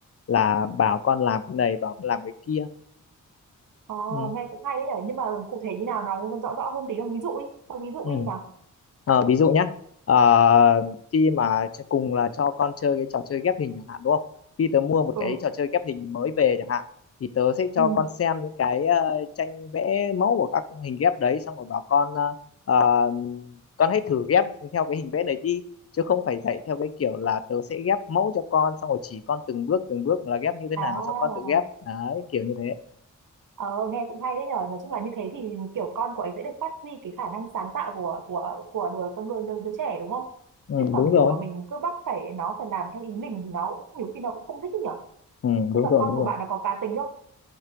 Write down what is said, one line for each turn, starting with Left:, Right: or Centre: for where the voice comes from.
Left: là bảo con làm cái này, bảo con làm cái kia.
Right: Ờ,
Left: Ừ.
Right: nghe cũng hay đấy nhở, nhưng mà cụ thể như nào nói rõ rõ hơn tí không? Ví dụ đi, không ví dụ
Left: Ừ.
Right: đi nào.
Left: Ờ, ví dụ nhé ờ, khi mà ch- cùng là cho con chơi cái trò chơi ghép hình chẳng hạn đúng không khi tớ mua một
Right: Ừ,
Left: cái trò chơi ghép hình mới về chẳng hạn thì tớ sẽ cho
Right: ừ,
Left: con xem những cái ờ, tranh vẽ mẫu của các hình ghép đấy xong rồi bảo con ờ, ờ, con hãy thử ghép theo cái hình vẽ này đi chứ không phải dạy theo cái kiểu là tớ sẽ ghép mẫu cho con xong rồi chỉ con từng bước từng bước là ghép như thế
Right: à,
Left: nào xong con tự ghép đấy kiểu như thế
Right: ờ, nghe cũng hay đấy nhở, nói chung là như thế thì kiểu con của ấy sẽ được phát huy cái khả năng sáng tạo của của của đứa con đứa, đứa, đứa trẻ đúng không?
Left: ừ,
Right: Chứ còn
Left: đúng rồi
Right: kiểu mà mình cứ bắt phải nó phải làm theo ý mình thì nó cũng- nhiều khi nó cũng không thích đấy nhở.
Left: ừ,
Right: Nhưng
Left: đúng
Right: mà
Left: rồi
Right: con
Left: đúng
Right: của
Left: rồi
Right: bạn nó có cá tính không?